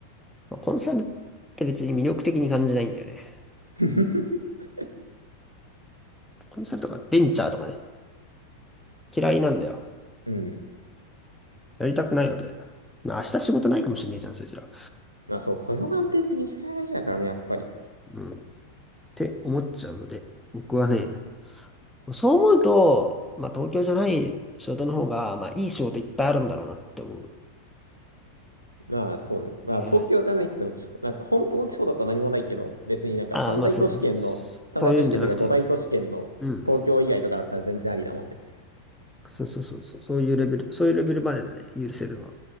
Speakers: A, in the centre; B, on the right.
A: まあコンサルって別に魅力的に感じないんだよね。
B: <laughs>
A: コンサルとかベンチャーとかね、嫌いなんだよ。
B: うん。
A: やりたくないわけ。まあ明日仕事ないかもしれねえじゃん、そいつら。
B: まあそう、雇用なんてってめちゃくちゃ大事だからね、やっぱり。
A: うん。って思っちゃうので、僕はね、そう思うと、まあ、東京じゃない仕事の方が、まあ、いい仕事いっぱいあるんだろうなって思う
B: まあそうね。まあ東京じゃないって言っても、
A: ね。
B: なんか本当の地方だと何もないけど、別になんか三大都市圏の、
A: ああ、まあ、そうそう、
B: 三大都市圏とか五大都市圏の東京以外とかだったら全然ありだもんね。
A: そういうんじゃなくてよ。うん。そうそうそう、そうそういうレベル、そういうレベルまでだね、許せるのは。